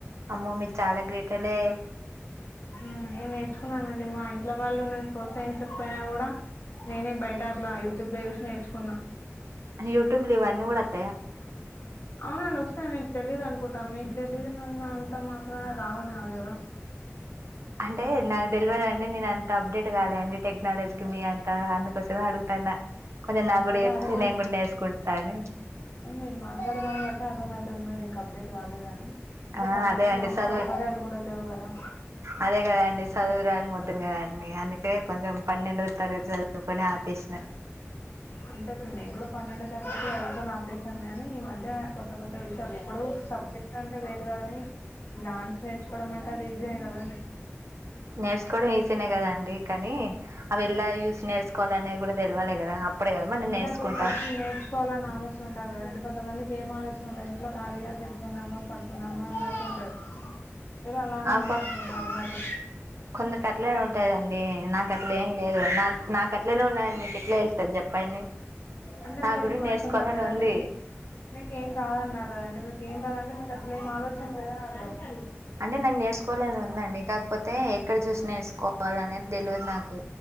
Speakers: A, on the right; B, on the left.
A: ఆమ్మో మీరు చాలా గ్రేట్ అండి
B: ఉ ఏం నేర్చుకున్నానండి మా ఇంట్లో వాళ్ళు నన్ను ప్రోత్సహించకపోయినా గుడా నేనే బయట్ టా అట్లా యూట్యూబ్ లో చుస్ నేర్చుకున్నా
A: నీ యూట్యూబ్లు ఇవన్ని గుడాత్
B: అవును అను స్తే మీకు తెలిదు అనుకుంటా మీకు తెలిదు నన్ను అంత మాత్రన రావు అను గాదు గదా
A: అంటే నాకు తెలివదు అండి నేను అత్ అప్డేట్ కాలే అండి టెక్నాలజీకి మీ అంతా అను కోసమే అడుగుతాన్న కొంచం నగు కూడా
B: అదే
A: చెప్తే
B: అదే మీ
A: నేను కూడా నేర్చుకున్ కానీ
B: మీరు మాట్లాడదాన్ని బట్టి అర్థమైతుంది మీరు ఇంక అప్డేట్ కాలేదని అంటే
A: ఆ
B: పల్లెటూరులో
A: అదే అండి
B: అన్ని
A: చదువు
B: సౌకర్యాలు కూడా లేవు కదా
A: అదే కదండి చదువురాని మొద్దునే అండి అన్ని కొంచెం పన్నెండు తరగతి చదువుకుని ఆపేసిన
B: అంతే నేను కూడా పన్నెండో తరగతి చదువుకుని ఆపేసిన కానీ ఈ మధ్య కొత్త కొత్త విషయాలు ఇప్పుడు సబ్జెక్ట్ అంటే వేరు గానీ డాన్స్ నేర్చుకోవడం అంటే అది ఈజీనే కదండి.
A: నేర్చుకోవడం ఈజీనే కదండి కాని అది ఎల్లా చూసి నేర్చుకోవాలి అనేది కూడా తేల్వాలి కదా అప్పుడే మనం
B: అంటే
A: నేర్చుకుంటాం
B: అసలు ఫస్ట్ నేర్చుకోవాలని ఆలోచన ఉండాలి కదండి కొంతమందికి ఏం ఆలోచన ఉండదు ఇంట్లో ఖాళీగా కూర్చున్నామా పడుకున్నామా అన్నట్టు ఉంటది. మీరు అలానే
A: ఆ!
B: ఉన్నట్టున్నారు
A: కొ
B: మరి
A: కొందరికి అట్లేనే ఉంటాదండి నాకు అట్ల ఏం లేదు నా నాకు అట్లేనే ఉన్నా మీకు ఎట్లా తెలుతది చెప్పండి.
B: అంటే
A: నాకు
B: మీరు
A: కూడా
B: ఇప్పుడు
A: నేర్చుకోవాలని
B: అంటున్నారు కదండి
A: ఉంది.
B: మీ మీకేం రాదన్నారు కదండి మీకు ఏం రాదంటే మీకు అసలు ఏం ఆలోచన లేదనీ <unintelligible>
A: అంటే నాకు నేర్చు కో <unintelligible> ఉందండి కాకపోతే ఎక్కడ చూసి నేర్చుకోవాలి అనేది తెల్వదు నాకు